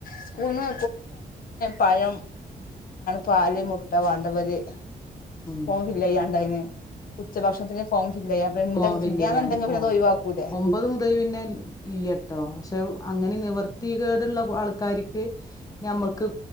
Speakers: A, on the left (about 70°); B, on the left (about 25°).
A: സ്കൂളിന് പഴം പാല് മുട്ട വേണ്ടവരു
B: ഉം
A: ഫോം ഫിൽ ചെയ്യാനുണ്ടായിരുന്നു ഉച്ചഭക്ഷണത്തിന് ഫോം ഫില്ല് ചെയ്യാ ഇണ്ട്
B: ഫോം ഫിൽ
A: ഇല്ലാന്നുണ്ടെങ്കി
B: ചെയ്യാൻ
A: പിന്നെ അത് ഒഴിവാക്കൂലേ
B: ഒമ്പതു മുതൽ പിന്നെ ഇല്യ ട്ടോ അങ്ങനെ നിവർത്തി കേട് ഉള്ള കാരിക്കു നമുക്ക്